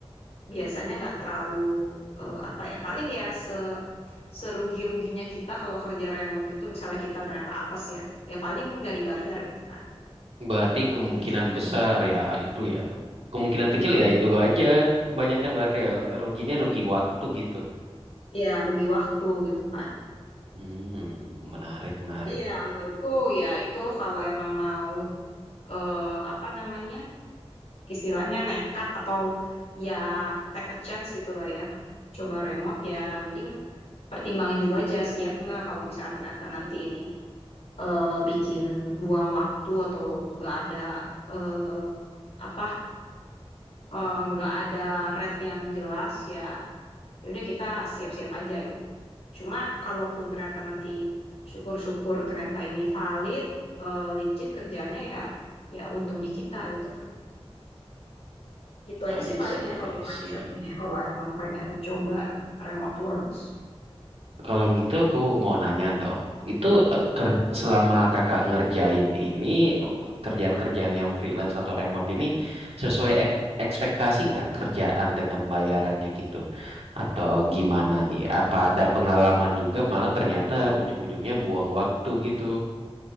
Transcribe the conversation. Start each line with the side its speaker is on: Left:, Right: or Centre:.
Left: biasanya nggak terlalu eh, apa ya paling ya se serugi-ruginya kita kalau kerja remote itu misalnya kita ternyata apes ya, ya paling nggak dibayar gitu kan,
Right: Berarti kemungkinan
Left: ya contohnya
Right: besar
Left: gitu.
Right: ya itu ya. Kemungkinan kecil
Left: Mm-mm.
Right: ya itu aja. Kebanyakan berarti ya ruginya rugi waktu gitu.
Left: Ya rugi waktu gitu kan.
Right: Hmm, menarik menarik.
Left: Iya, menurutku ya itu kalau emang mau eh, apa namanya istilahnya nekat atau ya take a chance gitu lah ya. Coba remote ya mending pertimbangin dulu aja siap nggak kalau misalnya ternyata nanti ini eh, bikin buang waktu atau nggak ada eh, apa eh, nggak ada red yang jelas ya ya udah kita siap-siap aja gitu. Cuma kalaupun ternyata nanti syukur-syukur ternyata ini valid eh, legit kerjaannya ya ya untung di kita gitu kan. Gitu
Right: I
Left: aja sih
Right: see,
Left: paling ya kalau
Right: I see.
Left: mindsetnya ya, kalau emang pengen coba remote works.
Right: Kalau gitu aku mau nanya dong. Itu eh, ker- selama kakak ngerjain ini kerjaan-kerjaan yang freelance atau remote ini sesuai ek- ekspektasi nggak kerjaan dengan bayarannya gitu? Atau gimana nih? Apa ada pengalaman juga malah ternyata ujung-ujungnya buang waktu gitu?